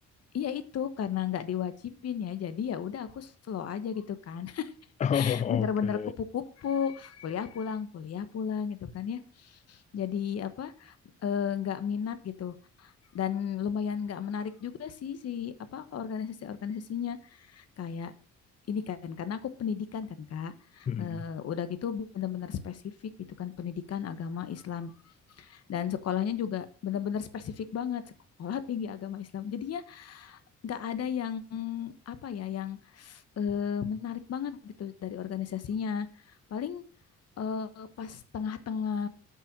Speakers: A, on the left (about 55°); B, on the left (about 25°).
A: Iya itu karena nggak diwajibin ya. Jadi ya udah aku slow aja gitu kan. <laughs>
B: Oh,
A: Bener-bener
B: oke.
A: kupu-kupu, kuliah pulang, kuliah pulang gitu kan ya. Jadi apa? eh, Nggak minat gitu. Dan lumayan nggak menarik juga sih si apa organisasi-organisasinya kayak ini kan karena aku pendidikan kan Kak
B: Hmm.
A: Eh, udah gitu benar-benar spesifik gitu kan pendidikan agama Islam dan sekolahnya juga benar-benar spesifik banget sekolah <laughs> tinggi agama Islam jadinya nggak ada yang mm, apa ya yang eh, menarik banget gitu dari organisasinya paling eh, pas tengah-tengah